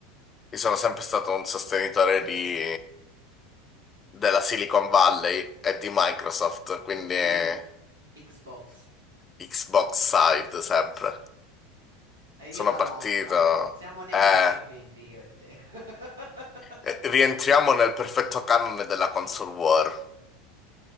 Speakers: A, on the left; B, on the right.
A: io sono sempre stato un sostenitore di, della Silicon Valley e di Microsoft, quindi
B: Mm,
A: io
B: Xbox.
A: Xbox side sempre.
B: E
A: Sono
B: io dall'altra.
A: partito,
B: Siamo nemici,
A: eh,
B: quindi io e te. <laughs>
A: eh, rientriamo nel perfetto canone della console war.